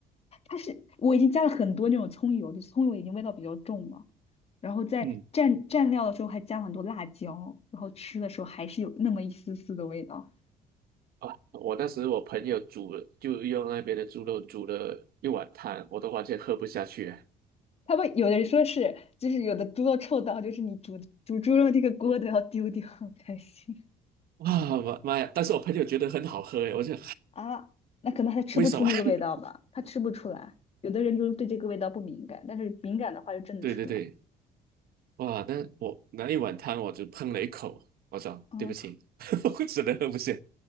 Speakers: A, on the left (about 35°); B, on the right (about 65°).
A: 它是我已经加了很多那种葱油，就是葱油已经味道比较重了，然后在蘸蘸料的时候还加了很多辣椒，
B: 嗯
A: 然后吃的时候还是有那么一丝丝的味道。
B: 啊，我当时我朋友煮了，就用那边的猪肉煮了一碗汤，我都完全喝不下去啊
A: 他们有的人说是，就是有的猪肉臭到，就是你煮煮猪肉那个锅都要丢掉才行
B: 哇妈妈呀！但是我朋友觉得很好喝诶，我就
A: 啊。那可能他吃不出那个味道吧，
B: <sighs> 为什么？<laughs>
A: 他吃不出来。有的人就是对这个味道不敏感，但是敏感的话就真的吃不了。
B: 对对对，哇，那我那一碗汤我就喷了一口，我说对不起，
A: 啊。
B: <laughs> 我真的喝不下。